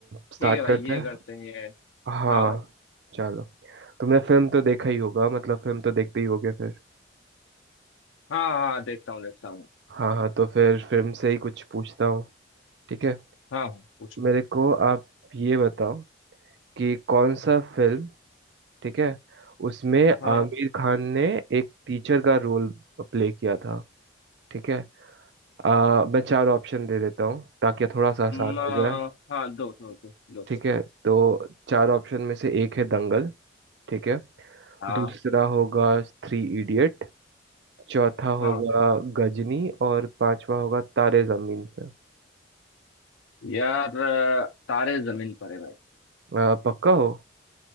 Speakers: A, on the right (about 60°); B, on the left (about 80°).
A: स्टार्ट
B: ठीक है भाई
A: करते
B: ये
A: हैं
B: करते हैं ये
A: हाँ
B: हाँ भाई
A: चलो तुमने फिल्म तो देखा ही होगा मतलब फिल्म तो देखते ही होगे फिर
B: हाँ हाँ देखता हूँ देखता हूँ
A: हाँ हाँ तो फिर फिल्म से ही कुछ पूछता हूँ ठीक है
B: हाँ हाँ पूछो
A: मेरे को आप ये बताओ कि कौन सा फिल्म ठीक है उसमें
B: हाँ
A: आमिर खान ने एक टीचर का रोल प्ले किया था ठीक है आ, मैं चार ऑप्शन दे देता हूँ ताकि थोड़ा सा आसान
B: म,
A: हो जाए
B: हाँ दो दो दो दो
A: ठीक है तो चार ऑप्शन में से एक है दंगल ठीक है
B: हाँ
A: दूसरा होगा थ्री इडियट चौथा
B: हाँ
A: होगा गजनी और पांचवा होगा तारे जमीन पे
B: यार अ, तारे जमीन पर है भाई
A: आ, पक्का हो